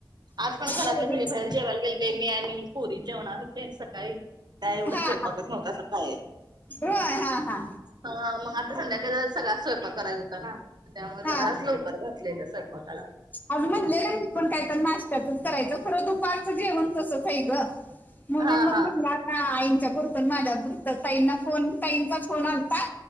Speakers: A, on the right; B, on the left.
A: आज पण घरातले
B: पोरींची.
A: सगळे बाहेर जेवायला गेलेते मी आणि पुरी जेवणार. सकाळी त्या एवढं
B: हा
A: स्वयंपाकच
B: हा
A: नव्हता सकाळी.
B: होय हा हा
A: हा मग आता संध्याकाळी सगळा स्वयंपाक करायचा होता त्यामुळे
B: हा
A: घर
B: हा
A: अस लवकर. लागलेला स्वयंपाकाला..
B: आज म्हटले ना मी पण काहीतरी नाश्ता. त्यात करायच पण दुपारच जेवण तस ग म्हणून
A: हा
B: मग.
A: हा
B: ह आईंच्या पुरत माझ्या पुरतं ताईंना फोन ताईंचाच फोन आलथा.